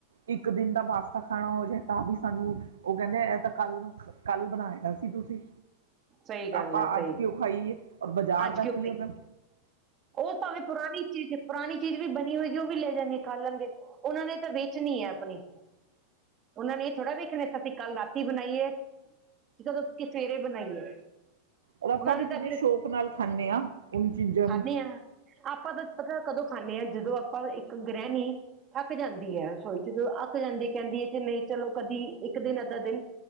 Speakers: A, on the right; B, on the right.
A: ਇੱਕ ਦਿਨ ਦਾ ਬਾਸਾ ਖਾਣਾ ਹੋ ਜਾਏ ਤਾਂ ਵੀ ਸਾਨੂੰ ਉਹ ਕਹਿੰਦੇ ਇਹ ਤਾਂ ਕੱਲ ਕੱਲ ਬਣਾਇਆ ਸੀ ਤੁਸੀਂ।
B: ਸਹੀ ਗੱਲ
A: ਆਪਾਂ
B: ਹੈ ਸਹੀ
A: ਅੱਜ
B: ਗੱਲ।
A: ਕਿਉਂ ਖਾਈਏ। ਔਰ ਬਾਜ਼ਾਰ
B: ਅੱਜ
A: ਦਾ
B: ਕਿਉਂ
A: ਖਾਈ
B: ਸਹੀ
A: ਓਦਾ
B: ਉਹ ਭਾਵੇਂ ਪੁਰਾਣੀ ਚੀਜ਼ ਪੁਰਾਣੀ ਚੀਜ਼ ਵੀ ਬਣੀ ਹੋਏਗੀ ਉਹ ਵੀ ਲੈ ਜਾਣੀ ਖਾ ਲੈਣਗੇ ਉਹਨਾਂ ਨੇ ਤਾਂ ਵੇਚਣੀ ਹੈ ਆਪਣੀ ਉਹਨਾਂ ਨੇ ਥੋੜਾ ਵੇਖਣੇ ਅਸੀਂ ਕੱਲ ਰਾਤੀ ਬਣਾਈਏ ਕਦੋਂ ਕਿ ਸਵੇਰੇ ਬਣਾਈਏ।
A: ਔਰ ਆਪਾਂ
B: ਉਹਨਾਂ
A: ਵੀ
B: ਨੇ
A: ਕਿੰਨੇ
B: ਤਾਂ
A: ਸ਼ੌਕ ਨਾਲ ਖਾਣੇ ਆ ਉਹਨ ਚੀਜ਼ਾਂ ਨੂੰ।
B: ਖਾਣੇ ਹਾਂ ਆਪਾਂ ਤਾਂ ਪਤਾ ਕਦੋਂ ਖਾਣੇ ਹਾਂ। ਜਦੋਂ ਆਪਾਂ ਇੱਕ ਗ੍ਰਹਿਣੀ ਥੱਕ ਜਾਂਦੀ ਹੈ ਰਸੋਈ ਚ ਜਦੋਂ ਅੱਕ ਜਾਂਦੀ ਕਹਿੰਦੀ ਹੈ ਕਿ ਨਹੀਂ ਚਲੋ ਕਦੀ ਇੱਕ ਦਿਨ ਅੱਧਾ ਦਿਨ